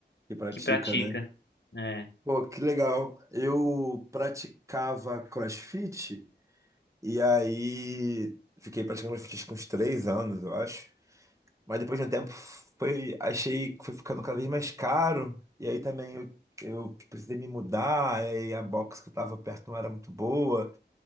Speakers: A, on the right; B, on the left.
A: Que pratica,
B: que pratica.
A: né?
B: né?
A: Pô, que legal. Eu praticava CrossFit e aí fiquei praticando CrossFit com uns três anos, eu acho. Mas depois de um tempo foi, achei que foi ficando cada vez mais caro. E aí também eu, eu precisei me mudar, aí a box que eu tava perto não era muito boa.